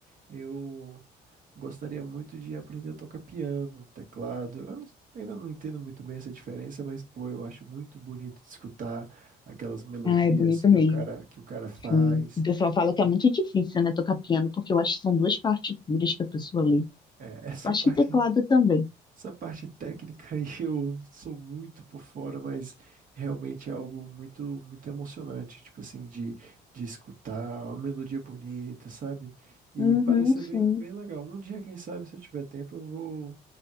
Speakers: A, on the right (about 50°); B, on the left (about 25°).
A: Eu Gostaria muito de aprender a tocar piano, teclado. Eu não- ainda não entendo muito bem essa diferença, mas pô, eu acho muito bonito de escutar aquelas melodias
B: Ah, é bonito
A: que
B: mesmo.
A: o cara que o cara faz.
B: Sim. O pessoal fala que é muito difícil, né, tocar piano, porque eu acho que são duas partituras que a pessoa lê.
A: É, <laughs> essa
B: Eu acho
A: parte,
B: que teclado também.
A: essa parte técnica aí <laughs> eu sou muito por fora, mas realmente é algo muito muito emocionante, tipo assim, de, de escutar uma melodia bonita, sabe? E
B: Uhum,
A: parece ser
B: sim.
A: bem bem legal. Um dia, quem sabe, se eu tiver tempo, eu vou